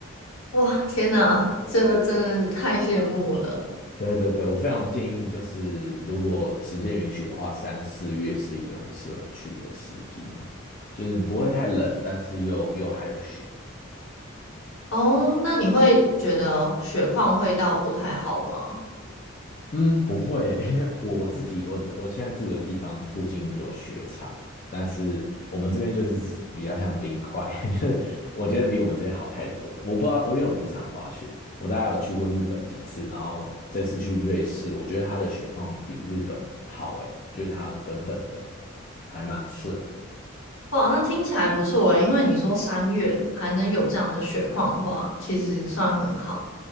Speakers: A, on the left; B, on the left.
A: 哇，天哪，这真的太羡慕了。
B: 对对对，我非常建议，就是如果时间允许的话，三四月是一个很适合去的时机嘛，就是你不会太冷，但是又又还有雪。
A: 哦，那你会觉得雪况会到不太好吗？
B: 嗯，不会，<laughs> 因为我我自己，我这我现在住的地方附近有雪场，但是我们这边就是比较像冰块，<laughs> 就是我觉得比我们这边好太多了。我不知道，我因为我不常滑雪，我大概有去过日本几次，然后这次去瑞士，我觉得它的雪况比日本好，诶，就是它粉粉的，还蛮顺的。
A: 哇，那听起来不错诶，因为你说三月还能有这样的雪况的话，其实算很好。